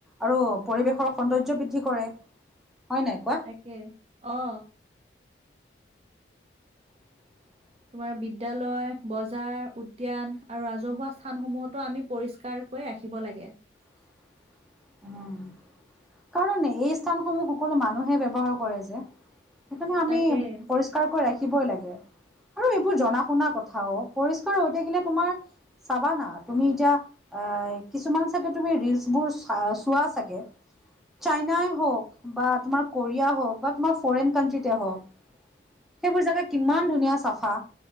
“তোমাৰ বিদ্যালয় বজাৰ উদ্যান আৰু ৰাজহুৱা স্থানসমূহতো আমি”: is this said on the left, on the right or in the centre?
Right